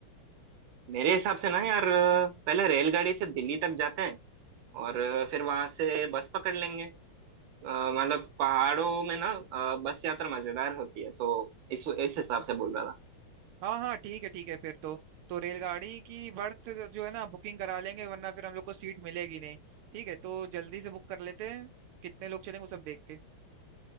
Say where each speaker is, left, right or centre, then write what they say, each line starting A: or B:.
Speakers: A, on the right (about 70°); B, on the right (about 85°).
A: मेरे हिसाब से ना यार अ, पहले रेलगाड़ी से दिल्ली तक जाते हैं और अ, फिर वहां से बस पकड़ लेंगे अ, मतलब पहाड़ों में ना अ, बस यात्रा मजेदार होती है तो इस इस हिसाब से बोल रहा था
B: हाँ हाँ ठीक है ठीक है फिर तो तो रेलगाड़ी की बर्थ जो है ना बुकिंग करा लेंगे वरना फिर हम लोग को सीट मिलेगी नहीं ठीक है तो जल्दी से बुक कर लेते हैं कितने लोग चलेंगे वो सब देख के